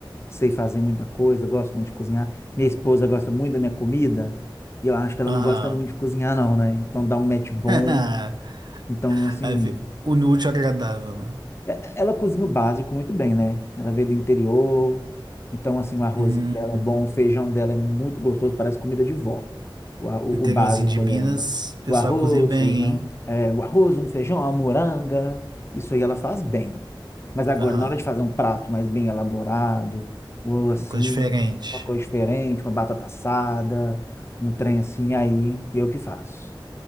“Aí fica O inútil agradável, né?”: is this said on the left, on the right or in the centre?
Right